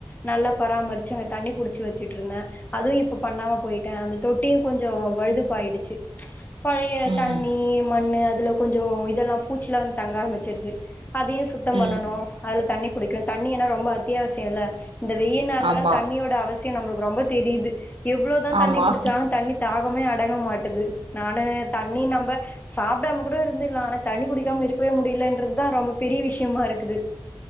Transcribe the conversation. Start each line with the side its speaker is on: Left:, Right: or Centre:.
Left: நல்லா பராமரிச்சு அங்க தண்ணி புடிச்சு வச்சுட்டு இருந்த அதுவும் இப்ப பண்ணாம போயிட்டே அந்த தொட்டியும் கொஞ்சம் வழுதுப்பாயிடுச்சு பழைய
Right: ம்
Left: தண்ணி மண்ணு அத் அதுல கொஞ்சோ இதெல்லா பூச்சில்லா வந்து தங்க ஆரம்பிருச்சிருச்சு அதையு சுத்தம்
Right: ம்
Left: பண்ணணு அதுல தண்ணி புடிக்க இர்க்குல தண்ணி என்னா ரொம்ப அத்தியாவசியொல்ல இந்த வெயின்னால
Right: ஆமா
Left: தா தண்ணியோட அவஸ் சியொ நம்மளுக்கு ரொம்ப தெரியுது எவ்ளோ தா தண்ணி
Right: ஆமா
Left: குடிச்சாலு தண்ணி தா இப்பமே அடங்க மாட்டுது நானு தண்ணி மந்த சாப்டாமக் கூட இருந்துகலா ஆனா தண்ணி குடிக்காம இருக்கவே முடியலன்றது தா ரொம்ப பெரிய விஷ்யமா இருக்குது